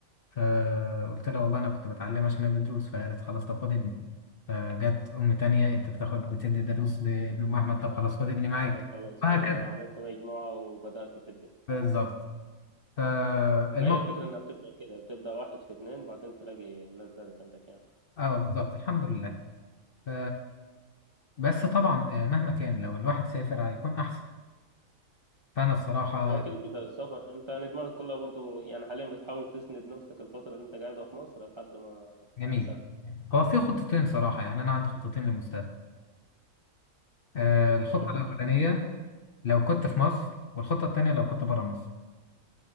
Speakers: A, on the left (about 50°); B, on the right (about 30°).
A: فقلت لها والله أنا كنت بتعلم عشان أدي دروس فقالت خلاص طب خد ابني فجت أم تانية أنت بتاخد بتدي دروس لابن أم أحمد طب خلاص خد ابني معاك
B: لا خلاص
A: وهكذا
B: فده عملت مجموعة وبدأت تدي
A: بالظبط فالموقف
B: ما هي الفكرة إنها بتبدأ كده بتبدأ واحد في اتنين بعدين تلاقي الناس زادت عندك يعني
A: اه بالظبط الحمد لله ف... بس طبعا آه، مهما كان لو الواحد سافر هيكون احسن فانا الصراحه
B: هو كده كده السفر أنت يعني دماغك كلها برضو يعني حاليا بتحاول تسند نفسك الفترة اللي أنت قاعدها في مصر لحد ما
A: جميل
B: تسافر
A: هو في خطتين صراحه يعني انا عندي خطتين للمستقبل آه، الخطه
B: يعني
A: الاولانيه لو كنت في مصر والخطه التانيه لو كنت بره مصر